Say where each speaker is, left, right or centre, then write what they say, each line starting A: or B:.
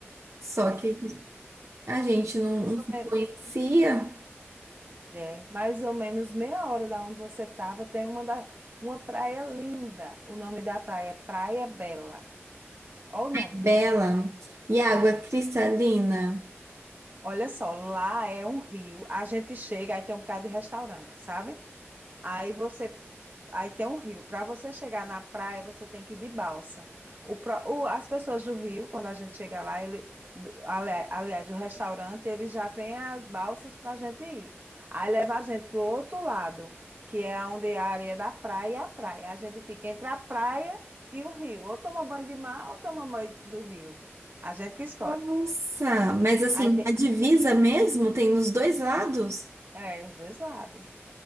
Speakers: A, on the right (about 80°); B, on the right (about 45°).
A: Só que
B: É
A: a gente não,
B: mais
A: não se
B: ou menos,
A: conhecia.
B: é, mais ou menos meia hora da onde você estava, tem uma, da, uma praia linda. O nome da praia é Praia Bela. Olha o nome.
A: Bela. E água
B: Sim.
A: cristalina.
B: Olha só, lá é um rio. A gente chega, aí tem um bocado de restaurante, sabe? Aí você Aí tem um rio. Para você chegar na praia, você tem que ir de balsa. O, pró- o- as pessoas do Rio, quando a gente chega lá, ele, d- ali- aliás, o restaurante, ele já tem as balsas para a gente ir. Aí leva a gente para o outro lado, que é onde é a areia da praia e a praia. A gente fica entre a praia e o rio. Ou toma banho de mar ou toma banho do rio. A gente que escolhe.
A: Nossa, mas assim,
B: Aí tem,
A: a divisa mesmo tem nos dois lados?
B: é, os dois lados.